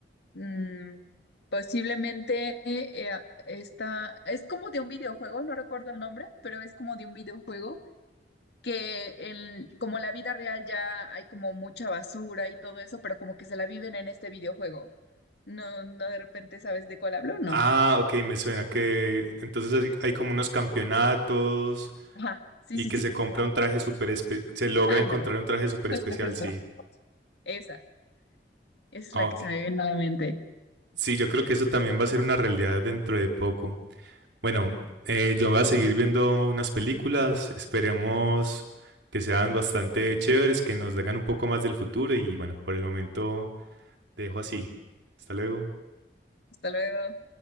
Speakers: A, on the left; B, on the right.
A: mm, posiblemente eh, esta, es como de un videojuego, no recuerdo el nombre, pero es como de un videojuego que en, como en la vida real ya hay como mucha basura y todo eso, pero como que se la viven en este videojuego. No, no de repente sabes de cuál hablo, no.
B: Ah, ok, me suena que entonces hay como unos campeonatos
A: Ajá, sí,
B: y
A: sí,
B: que
A: sí,
B: se compra un traje súper especial, se logra
A: ándale.
B: encontrar un traje súper
A: Justo,
B: especial,
A: justo.
B: sí.
A: Esa, esa es
B: Ah,
A: la
B: ok.
A: que se me viene a la mente.
B: Sí, yo creo que eso también va a ser una realidad dentro de poco. Bueno, eh, yo voy a seguir viendo unas películas, esperemos que sean bastante chéveres, que nos digan un poco más del futuro y bueno, por el momento te dejo así. Hasta luego.
A: Hasta luego.